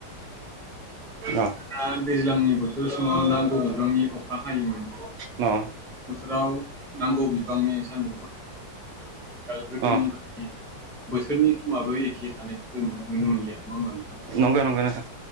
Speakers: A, on the right; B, in the centre.
A: अ
B: दा दैज्लांनि बोथोर समाव नांगौबिबांनि अखा हायोमोन
A: औ
B: राव नांगौ बिबांनि सान्दुंफोर दाल गोदोनि
A: अ
B: बायदि बोसोरनि समाबो एखे थानायखौ जों नुनो मोनलिया नङा होमबा नोंथां
A: नंगो नंगो नोंथां